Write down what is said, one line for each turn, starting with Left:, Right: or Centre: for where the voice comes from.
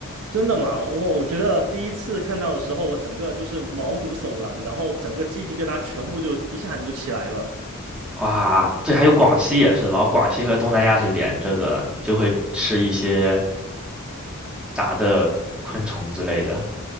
Right: 真的吗？我我觉得第一次看到的时候，我整个就是毛骨悚然，然后整个鸡皮疙瘩全部就一下子就起来了。
Centre: <laughs> 哇，对，还有广西也是，然后广西和东南亚是连着的，就会吃一些炸的昆虫之类的。